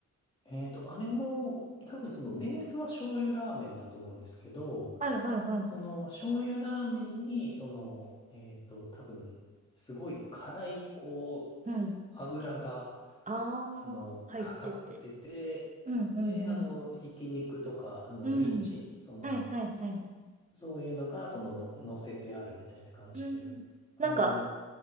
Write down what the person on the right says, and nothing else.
はいはいはい。
うん。
ああ、
入ってて。
うんうんうん。
うん。
はいはいはい。
うん。
なんか、